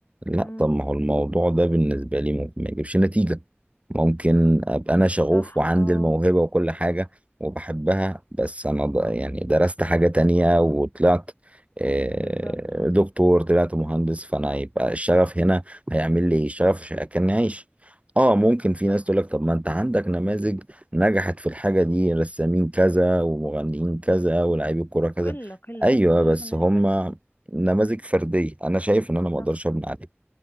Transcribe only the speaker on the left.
امم
صح
اه
بالظبط بالظبط
صح
قلة قلة
أنا شايفة
إن هي
قلة
صح